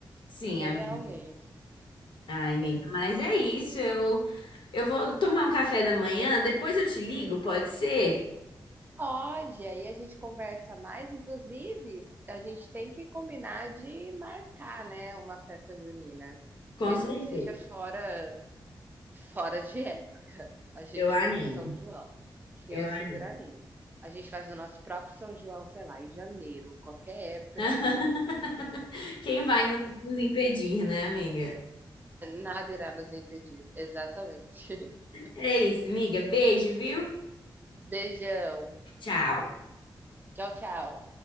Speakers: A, on the left; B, on the right.
A: Sim,
B: Realmente.
A: am- ai, amiga.
B: É.
A: Mas é isso. Eu, eu vou tomar um café da manhã. Depois eu te ligo, pode ser?
B: Pode, aí a gente conversa mais, inclusive, a gente tem que combinar de marcar, né, uma festa junina,
A: Com
B: mesmo
A: certeza.
B: que seja fora fora de época. A gente
A: Eu animo.
B: não São João. Eu
A: Eu
B: super
A: animo.
B: animo. A gente faz o nosso próprio São João, sei lá, em janeiro, qualquer época
A: <laughs>
B: que seja.
A: Quem vai nos nos impedir, né, amiga?
B: Nada irá nos impedir. Exatamente. <laughs>
A: É isso, amiga. Beijo, viu?
B: Beijão.
A: Tchau.
B: Tchau, tchau.